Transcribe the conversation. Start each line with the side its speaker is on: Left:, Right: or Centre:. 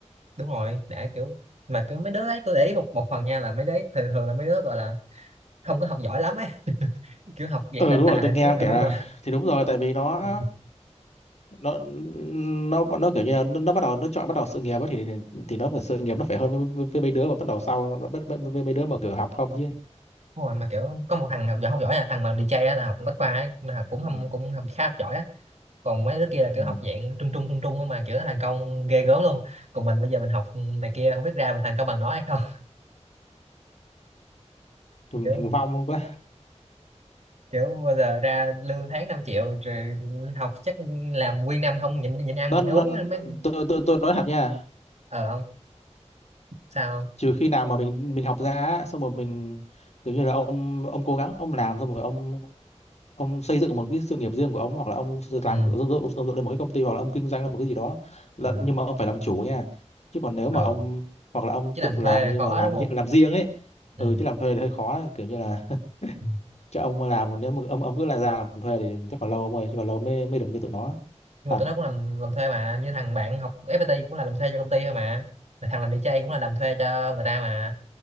Right: đúng rồi đã kiểu mà kiểu mấy đứa đấy tôi để ý một một phần nha là mấy đứa ấy thường thường là mấy đứa gọi là không có học giỏi lắm ấy <laughs> kiểu học dạng
Left: Ừ
Right: tàn
Left: đúng
Right: tà
Left: rồi, tôi
Right: này
Left: nghe
Right: nó
Left: ông
Right: ừ,
Left: kể
Right: đúng
Left: là
Right: rồi
Left: thì đúng rồi tại vì nó
Right: Ừ,
Left: nó nó nó kiểu như là nó, nó bắt đầu nó chọn bắt đầu sự nghiệp á thì thì nó phải sự nghiệp nó phải hơn với, với, với mấy đứa mà bắt đầu sau với, với, với mấy đứa mà kiểu học không chứ.
Right: đúng rồi mà kiểu có một thằng học giỏi học giỏi là thằng mà làm DJ á, là học bách khoa ấy, là cũng không
Left: Ừ.
Right: cũng học khá học giỏi á. còn mấy đứa kia là
Left: Ừ.
Right: kiểu học dạng trung trung trung trung á mà kiểu thành công ghê gớm luôn còn mình bây giờ mình học này kia không biết ra mình thành công bằng nó hay không
Left: Mình
Right: <laughs> kiểu
Left: thành vong quá.
Right: kiểu bao giờ ra lương tháng 5 triệu rồi học chắc làm nguyên năm không nhịn nhịn ăn
Left: Nó
Right: nhịn
Left: nó
Right: uống anh mới
Left: tôi tôi tôi nói thật nha,
Right: ờ không sao không?
Left: trừ khi nào mà mình mình học ra á, xong rồi mình kiểu như là ông ông cố gắng ông làm xong rồi ông ông xây dựng một cái sự nghiệp riêng của ông hoặc là ông s- làm
Right: ừ
Left: ông, ông, ông dựng lên một cái công ty hoặc là ông kinh doanh lên một cái gì đó là,
Right: ờ
Left: nhưng mà ông phải làm chủ nha chứ còn nếu
Right: ờ
Left: mà ông hoặc là ông
Right: chứ
Left: tự
Right: làm
Left: làm
Right: thuê
Left: nhưng
Right: khó
Left: mà làm
Right: đúng
Left: nhị-
Right: không
Left: làm riêng ấy
Right: ừ.
Left: ừ chứ làm thuê thì hơi khó ấy. kiểu như là <laughs>
Right: ừ.
Left: cho ông mà làm nếu mà ông ông cứ là ra làm thuê thì chắc còn lâu ông ơi chứ còn lâu mới mới được như tụi nó
Right: nhưng
Left: thật
Right: mà tụi nó cũng làm làm thuê mà như thằng bạn học FPT cũng là làm thuê cho công ty thôi mà thằng làm đi DJ cũng là làm thuê cho người ta mà